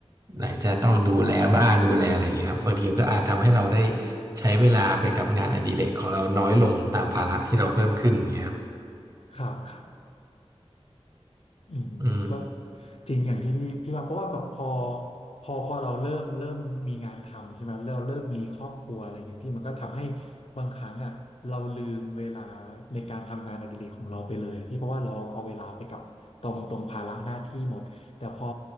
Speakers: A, on the right (about 30°); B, on the left (about 65°).
A: ไหนจะต้องดูแลบ้านดูแลอะไรอย่างเงี้ยครับบางทีมันก็อาจทำให้เราได้ใช้เวลาไปกับงานอดิเรกของเราน้อยลงตามภาระที่เราเพิ่มขึ้นอย่างเงี้ยครับ
B: ครับครับ อืมก็
A: อืม
B: จริงอย่างที่พี่พี่ว่าเพราะว่าแบบพอพอพอเราเริ่มเริ่มมีงานทำใช่ไหมเริ่มเริ่มมีครอบครัวอะไรเงี้ยพี่มันก็ทำให้บางครั้งอ่ะเราลืมเวลาในการทำงานอดิเรกของเราไปเลยอะพี่เพราะว่าเราเอาเวลาไปกับตรงตรงภาระหน้าที่หมดแต่พอ